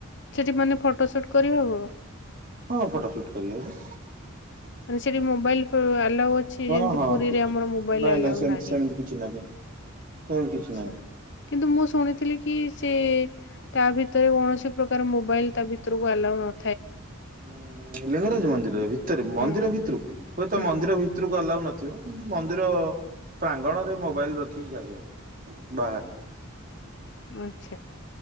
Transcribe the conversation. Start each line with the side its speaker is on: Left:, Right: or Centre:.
Left: ସେଠି ମାନେ ଫଟୋ ସୁଟ କରିହବ?
Right: ହଁ, ଫଟୋ ଶୁଟ କରିହବ।
Left: ମାନେ ସେଠି ମୋବାଇଲ ଆଲାଉ ଅଛି,
Right: ହଁ
Left: ଯେମିତି
Right: ହଁ
Left: ପୁରୀରେ
Right: କିଛି
Left: ଆମର ମୋବାଇଲ
Right: ନାଇଁ
Left: ଆଲାଉ
Right: ନାଇଁ ସେମତି
Left: ନାହିଁ।
Right: ସେମିତି କିଛି ନାହିଁ। ସେମିତି କିଛି
Left: ଆଛା,
Right: ନାହିଁ।
Left: କିନ୍ତୁ ମୁଁ ଶୁଣିଥିଲି କି ସେ ତା ଭିତରେ କୌଣସି ପ୍ରକାର ମୋବାଇଲ ତା ଭିତରକୁ ଆଲାଉ ନ
Right: ହୁଁ, ଲିଙ୍ଗରାଜ ମନ୍ଦିର, ଭିତରେ, ମନ୍ଦିର
Left: ହୁଁ
Right: ଭିତରକୁ, ହୁଏତ
Left: ହୁଁ
Right: ମନ୍ଦିର ଭିତ ଭିତରକୁ ଆଲାଉ ନଥିବ, କିନ୍ତୁ ମନ୍ଦିର ପ୍ରାଙ୍ଗଣରେ ମୋବାଇଲ ରଖିକି ଯାଇହବ। ବାହାରେ।
Left: ଆଛା।